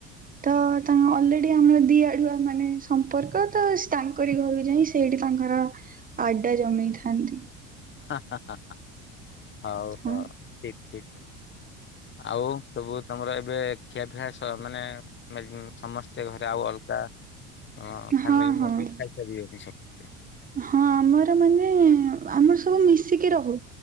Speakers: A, on the right; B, on the left.
A: ତ ତାଙ୍କ ଅଲରେଡି ଆମର ଦି ଆଡୁଆ ମାନେ, ସମ୍ପର୍କତ ତାଙ୍କରି ଘରକୁ ଯାଇ ସେଇଠି ତାଙ୍କର ଆଡା ଜମେଇଥାନ୍ତି।
B: ହାହାହାହା। ହଉ
A: ହଁ
B: ହଉ ଠିକ୍। ଠିକ୍। ଆଉ ସବୁ ତମର ଏବେ ଖିଆପିଆ ସ ମାନେ <unintelligible> ସମସ୍ତେ ଘରେ ଆଉ ଅଲଗା ଅଁ ଫ୍ୟାମିଲି
A: ହଁ ହଁ।
B: ମାନେ ଖାଇସାରିବେନି ସବୁ।
A: ହଁ ଆମର ମାନେ ଆମର ସବୁ ମିଶିକି ରହୁ।